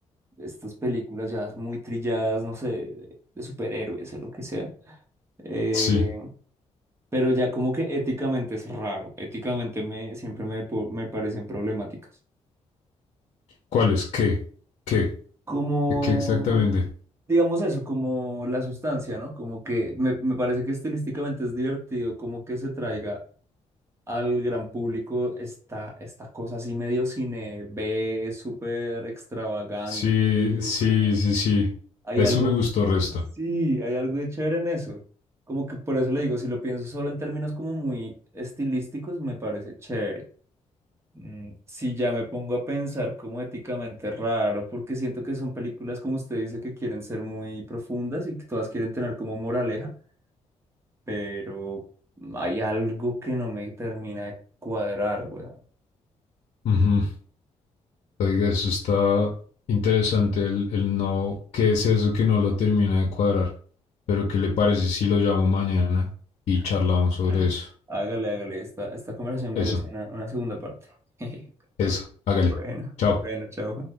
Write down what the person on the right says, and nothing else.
estas películas ya muy trilladas, no sé, de, de superhéroes o lo que sea. Eh,
pero ya como que éticamente es raro, éticamente me, siempre me, po- me parecen problemáticas.
como,
digamos eso, como la sustancia, ¿no? Como que me, me parece que estilísticamente es divertido, como que se traiga al gran público esta, esta cosa así medio cine B, súper extravagante,
como
hay
algo,
sí, hay algo de chévere en eso. Como que por eso le digo, si lo pienso solo en términos como muy estilísticos, me parece chévere. Mm, Sí, ya me pongo a pensar como éticamente raro, porque siento que son películas, como usted dice, que quieren ser muy profundas y que todas quieren tener como moraleja, pero hay algo que no me termina de cuadrar, weón.
<clears throat>
Hágale, hágale, esta, esta conversación merece
una, una segunda parte. <laughs>
Bueno,
bueno, chao.